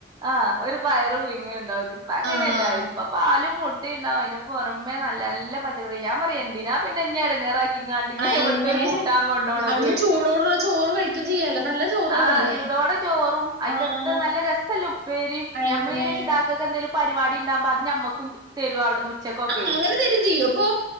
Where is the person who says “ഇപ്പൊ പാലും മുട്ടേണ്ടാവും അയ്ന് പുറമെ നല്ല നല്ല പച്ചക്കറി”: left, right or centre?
Right